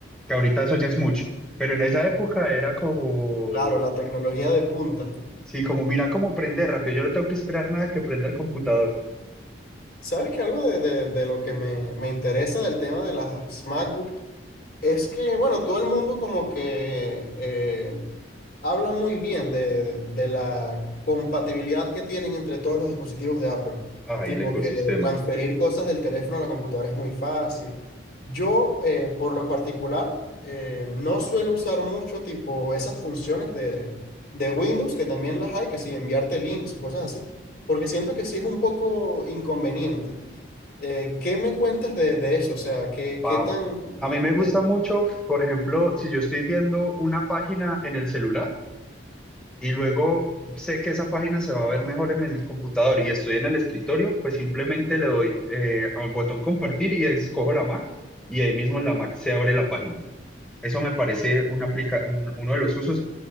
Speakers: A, in the centre; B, on the left.
A: que ahorita eso ya es mucho, pero en esa época era como,
B: claro, la tecnología de punta.
A: sí, como mira cómo prende rápido, yo no tengo que esperar nada que prenda el computador.
B: ¿Sabes que algo de, de- de lo que me, me interesa del tema de las MacBook Es que, bueno, todo el mundo como que eh, habla muy bien de, de la compatibilidad que tienen entre todos los dispositivos de Apple.
A: Ay,
B: Tipo
A: el ecosistema.
B: que transferir cosas del teléfono a la computadora es muy fácil. Yo, eh, por lo particular, eh, no suelo usar mucho tipo esas funciones de, de Windows, que también las hay, que si enviarte links o cosas así, porque siento que sí es un poco inconveniente. Eh, ¿qué me cuentas de, de eso? O sea, ¿qué,
A: Wow.
B: qué tan...
A: A mí me gusta
B: eh,
A: mucho, por ejemplo, si yo estoy viendo una página en el celular, Y luego sé que esa página se va a ver mejor en el computador y estoy en el escritorio, pues simplemente le doy eh, al botón compartir y escojo la Mac y ahí mismo en la Mac se abre la página. Eso me parece una aplica un- uno de los usos